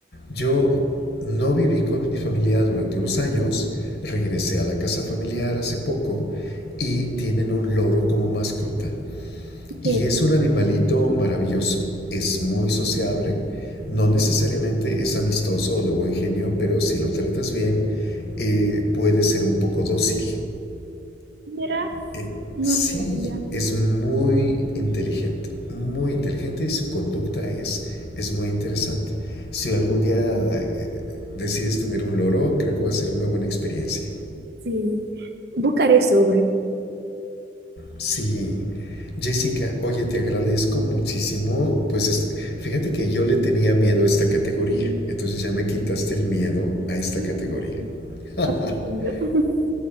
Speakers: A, on the left; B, on the right.
A: yo no viví con mi familia durante unos años, regresé a la casa familiar hace poco y tienen un loro como mascota.
B: Ok,
A: Y es un animalito maravilloso, es muy sociable, no necesariamente es amistoso o de buen genio, pero si lo tratas bien, eh, puede ser un poco dócil.
B: Mira,
A: Eh,
B: no
A: sí,
B: sabía.
A: es muy inteligente, muy inteligente y su conducta es, es muy interesante. Si algún día eh, decides tener un loro, creo que va a ser una buena experiencia.
B: Sí, buscaré sobre.
A: Sí, Jessica, oye, te agradezco muchísimo. Pues este- fíjate que yo le tenía miedo a esta categoría, entonces ya me quitaste el miedo a esta
B: Mm,
A: categoría.
B: Está
A: <laughs>
B: muy lindo. <laughs>